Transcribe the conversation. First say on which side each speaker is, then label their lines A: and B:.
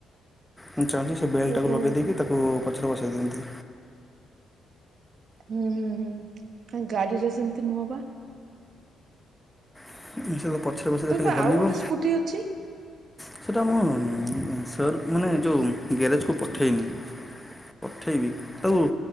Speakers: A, in the centre; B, on the right (about 60°).
A: ମୁଁ ଚାହୁଁଛି ସେ ବେଲ୍ଟକୁ
B: ଓହୋ
A: ଲଗେଇଦେଇକି ତାକୁ ପଛରେ ବସାଇ ଦିଅନ୍ତି।
B: ହୁଁ ହୁଁ ହୁଁ ଗାଡିରେ ସେମିତି ନୁହଁ ପା।
A: <unintelligible>
B: ତମେ ପା
A: ହଲିବ
B: ଆଉ ଗୋଟେ ସ୍କୁଟି ଅଛି।
A: ସେଇଟା ମୁଁ ସାର୍ ମାନେ ଯେଉଁ ଗ୍ୟାରେଜକୁ ପଠେଇନି ପଠେଇବି ତାକୁ